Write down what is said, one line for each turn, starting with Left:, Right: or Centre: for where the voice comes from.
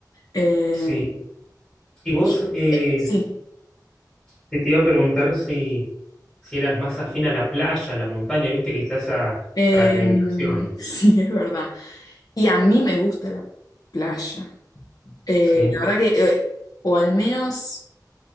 Left: Eh,
Centre: Sí. Y vos
Left: y-
Centre: eh,
Left: sí,
Centre: te, te iba a preguntar si, si eras más afín a la playa, a la montaña, viste que está esa
Left: eh,
Centre: fragmentación.
Left: <laughs> sí, es verdad. Y a mí me gusta la playa. Eh,
Centre: Sí.
Left: la verdad que, eh, o al menos